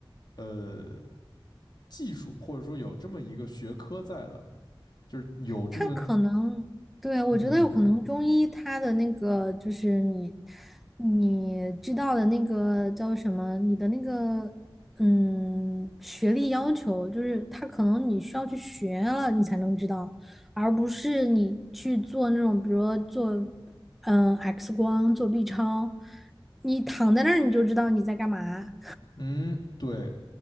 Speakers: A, on the left; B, in the centre.
A: 呃技术，或者说有这么一个学科在的，就是有这么
B: 他可能，对，我觉得有可能中医它的那个就是你
A: 嗯
B: 你知道的那个叫什么，你的那个嗯学历要求，就是他可能你需要去学了你才能知道，而不是你去做那种比如说做嗯、呃 X 光、做 B 超，你躺在那儿你就知道你在干嘛，
A: 嗯，对